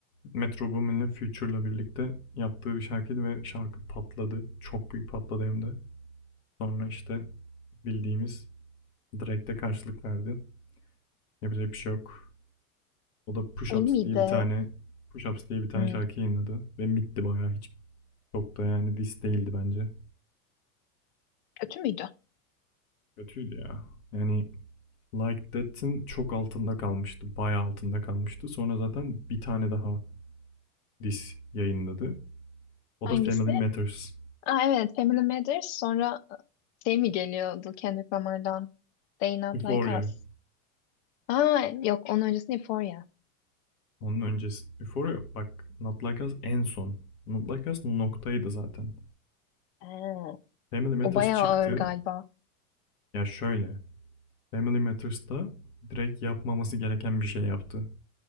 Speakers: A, on the left; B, on the left.
A: Metro Boomin'le Future'la birlikte yaptığı bir şarkıydı ve şarkı patladı. Çok büyük patladı hem de. Sonra işte bildiğimiz Drake'de karşılık verdi. Yapacak bir şey yok. O da Push
B: şey
A: Ups
B: miydi?
A: diye bir tane Push Ups diye bir tane
B: Hmm,
A: şarkı yayınladı. Ve mitti bayağı. Hiç çok da yani diss değildi bence.
B: kötü müydü?
A: Kötüydü ya. Yani Like That'in çok altında kalmıştı. Bayağı altında kalmıştı. Sonra zaten bir tane daha diss yayınladı. O
B: Hangisi?
A: da Family Matters.
B: Aa evet Family Matters sonra şey mi geliyordu Kendrick Lamar'dan? They Not
A: Euphoria
B: Like Us. Aa yok onun öncesi Euphoria.
A: Onun öncesi. Euphoria bak Not Like Us en son. Not Like Us noktaydı zaten.
B: Aa.
A: Family Matters
B: O bayağı
A: çıktı.
B: ağır galiba.
A: Ya şöyle. Family Matters'ta direkt yapmaması gereken bir şey yaptı.